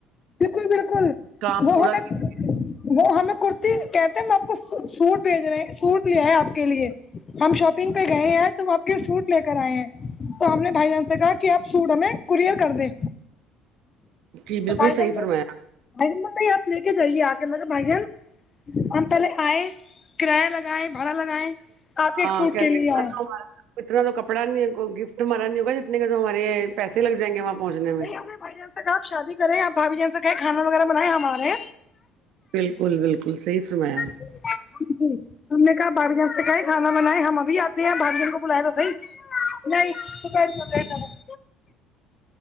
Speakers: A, on the left (about 30°); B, on the right (about 65°).
A: بالکل بالکل
B: کام
A: وہ
B: پورا
A: ہمیں
B: کیجیے۔
A: وہ ہمیں کرتی کہتے ہیں ہم آپ کو سوٹ بھیج رہے سوٹ لیا ہے آپ کے لیے ہم شاپنگ پہ گئے ہیں تو آپ کے فروٹ لے کر آئے ہیں تو ہم نے بھائی جان سے کہا کہ آپ سوٹ ہمیں کوریئر کر دیں
B: جی
A: تو
B: بالکل
A: بھائی جان
B: صحیح
A: بولے
B: فرمایا
A: بھائی جان میں بھائی آپ لے کے جائیے آ کے ملب بھائی جان ہم پہلے آئے کرایہ لگائے بھاڑا لگائے آپ کے
B: ہاں
A: سوٹ
B: کہہ رہے
A: کے لیے
B: ہیں، اتنا
A: آئے
B: تو ہمارا اتنا تو کپڑا نہیں ہو گفٹ ہمارا نہیں ہوگا جتنے کے تو ہمارے یہ پیسے لگ جائیں گے وہاں پہنچنے میں
A: نہیں بھائی جان آپ شادی کرے آپ بھائی جان سےکھے کانا وغیرہ بنائے ہمارے
B: بالکل بالکل صحیح فرمایا
A: جی تم نے کہا بھائی جان سے کہ ہے کھانا بنائے ہم ابھی آتے ہیں بھائی جان کو بلایا تو تھا نہیں تو <unintelligible>